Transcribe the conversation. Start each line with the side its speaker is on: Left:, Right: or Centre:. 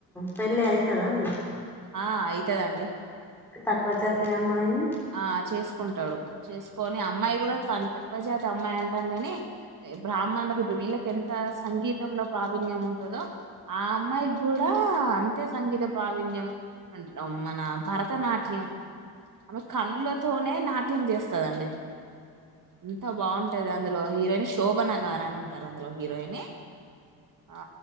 Centre: పెళ్ళి అయితదా అండి
Right: ఆ అయితదండి
Centre: తక్కువ జాతి అమ్మాయిని
Right: ఆ చేసు కుంటాడు చేసుకొని అమ్మాయి కూడా తను తక్కువ జాతి అమ్మాయి అంటాం గాని బ్రాహ్మణులకి ఇప్పు వీళ్ళకి ఎంత సంగీతంలో ప్రావీణ్యం ఉంటదో ఆ అమ్మాయికి కూడా అంతే సంగీత్ ప్రావీణ్యం మన భరతనాట్యం ఆమె కళ్లతోనే నాట్యం చేస్తదండి ఎంత బాగుంటది అందులో హీరోయిన్ శోభన గార అని ఉంటారు అందులో హీరోయిని ఆ